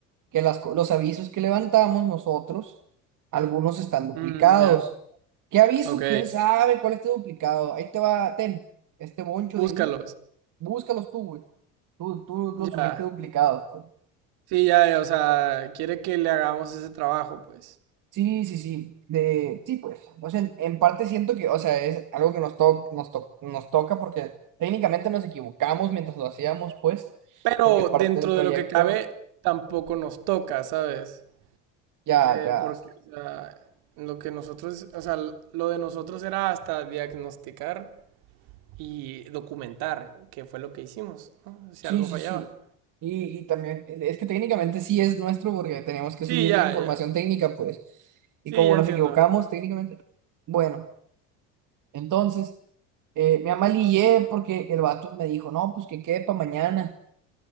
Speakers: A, on the right; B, on the right.
A: que las co- los avisos que levantamos nosotros, algunos están duplicados.
B: Mm, ya.
A: ¿Qué aviso?
B: Ok.
A: ¿Quién sabe cuál está duplicado? Ahí te va, ten, este boncho
B: Búscalos.
A: de info. Búscalos tú, güey. Tú, tú los
B: Ya.
A: subiste duplicados, pues.
B: Sí, ya, ya, o sea, quiere que le hagamos ese trabajo, pues.
A: Sí, sí, sí. De, sí, pues. O sea, en, en parte siento que, o sea, es algo que nos, to- nos, to- nos toca porque técnicamente nos equivocamos mientras lo hacíamos, pues,
B: Pero
A: porque es parte
B: dentro
A: del proyecto.
B: de lo que cabe, tampoco nos toca, ¿sabes?
A: Ya,
B: Eh,
A: ya.
B: porque, o sea, lo que nosotros, o sea, l- lo de nosotros era hasta diagnosticar y documentar, que fue lo que hicimos, ¿no? Si
A: Sí,
B: algo
A: sí,
B: fallaba.
A: sí. Y, y también, eh, es que técnicamente sí es nuestro porque teníamos que
B: Sí,
A: subir
B: ya,
A: la información
B: ya.
A: técnica, pues. Y
B: Sí,
A: como
B: ya
A: nos
B: entiendo.
A: equivocamos técnicamente. Bueno, entonces, eh, me amalillé porque el vato me dijo, no, pues que quede para mañana.